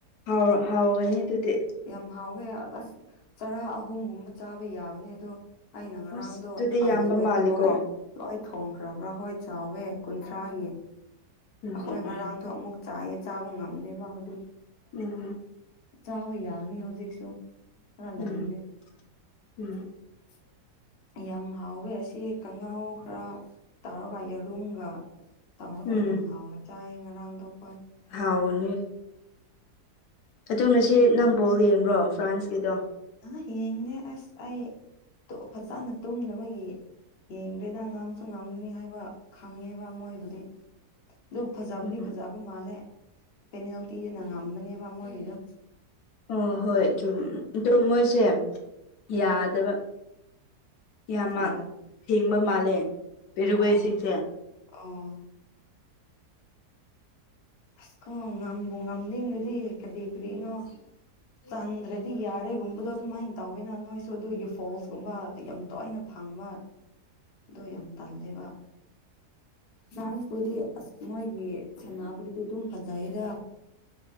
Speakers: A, on the left; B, on the left.
A: ꯍꯥꯎ ꯍꯥꯎꯒꯅꯤ ꯑꯗꯨꯗꯤ꯫
B: ꯌꯥꯝ ꯍꯥꯎꯋꯦ ꯑꯁ ꯆꯔꯥ ꯑꯍꯨꯝꯒꯨꯝꯕ ꯆꯥꯕ ꯌꯥꯕꯅꯦ ꯑꯗꯣ꯫ ꯑꯩꯅ ꯉꯔꯥꯡꯗꯣ
A: ꯑꯁ ꯑꯗꯨꯗꯤ
B: ꯑꯃꯨꯌꯦꯅ
A: ꯌꯥꯝꯕ ꯃꯥꯜꯂꯤꯀꯣ
B: ꯂꯣꯏ ꯂꯣꯏ ꯊꯣꯡꯈ꯭ꯔꯕ꯭ꯔꯥ ꯍꯣꯏ ꯆꯥꯎꯋꯦ ꯀꯨꯟꯊ꯭ꯔꯥꯒꯤ
A: ꯎꯝ
B: ꯑꯩꯈꯣꯏ ꯉꯔꯥꯡꯗꯣ
A: ꯎꯝ
B: ꯑꯃꯨꯛ ꯆꯥꯏꯌꯦ ꯆꯥꯕ ꯉꯝꯗꯦꯕ ꯍꯧꯖꯤꯛ
A: ꯎꯝ
B: ꯆꯥꯕ ꯌꯥꯅꯤ ꯍꯧꯖꯤꯛꯁꯨ ꯈꯔ
A: ꯎꯝ
B: ꯂꯩꯕꯅꯦ
A: ꯎꯝ
B: <unintelligible> ꯌꯥꯝ ꯍꯥꯎꯋꯦ ꯑꯁꯤ ꯀꯉꯥꯎ ꯈꯔ ꯇꯧꯔꯒ ꯌꯦꯔꯨꯝꯒ ꯇꯧꯔꯒ
A: ꯎꯝ
B: ꯌꯥꯝ ꯍꯥꯎꯅ ꯆꯥꯏꯌꯦ ꯉꯔꯥꯡꯗꯣ ꯑꯩꯈꯣꯏ
A: ꯍꯥꯎꯕꯅꯤ ꯑꯗꯣ ꯉꯁꯤ ꯅꯪ ꯕꯣꯜ ꯌꯦꯡꯕ꯭ꯔꯣ ꯐ꯭ꯔꯥꯟꯁꯀꯤꯗꯣ
B: ꯑ ꯌꯦꯡꯗꯦ ꯑꯁ ꯑꯩ ꯐꯖꯅ ꯇꯨꯝꯗꯕꯒꯤ ꯌꯦꯡꯗꯦꯗ ꯉꯝꯁꯨ ꯉꯝꯒꯅꯤ ꯍꯥꯏꯕ ꯈꯪꯉꯦꯕ ꯃꯣꯏꯕꯨꯗꯤ ꯑꯗꯨ ꯐꯖꯥꯕꯗꯤ
A: ꯎꯝ
B: ꯐꯖꯥ ꯃꯥꯜꯂꯦ ꯄꯦꯅꯥꯜꯇꯤꯅ ꯉꯝꯕꯅꯦꯕ ꯃꯣꯏꯒꯤꯗꯣ
A: ꯑꯣ ꯍꯣꯏ ꯆꯨꯝ ꯑꯗꯨꯨ ꯃꯣꯏꯁꯦ ꯌꯥꯗꯕ ꯌꯥꯝꯃꯛ
B: ꯌꯥ
A: ꯐꯦꯡꯕ ꯃꯥꯜꯂꯦ ꯄꯦꯔꯨꯒꯣꯏꯁꯤꯡꯁꯦ
B: ꯑꯣ ꯑꯣ ꯑꯁ ꯀꯣ ꯉꯝꯕꯨ ꯉꯝꯅꯤꯡꯉꯗꯤ ꯀꯔꯤ ꯀꯔꯤꯅꯣ ꯆꯟꯗ꯭ꯔꯗꯤ ꯌꯥꯔꯦꯒꯨꯝꯕꯗꯣ ꯑꯗꯨꯃꯥꯏꯅ ꯇꯧꯋꯤꯅ ꯅꯣꯏꯁꯨ ꯑꯗꯨꯒꯤ ꯐꯣꯁꯀꯨꯝꯕ ꯌꯥꯝ ꯇꯣꯏꯅ ꯐꯪꯕ ꯑꯗꯨꯣ ꯌꯥꯝ ꯇꯜꯂꯦꯕ ꯅꯍꯥꯟꯕꯨꯗꯤ ꯑꯁ ꯃꯣꯏꯒꯤ ꯁꯅꯥꯕꯨꯗꯨꯗꯤ ꯑꯗꯨꯝ ꯐꯖꯩꯗ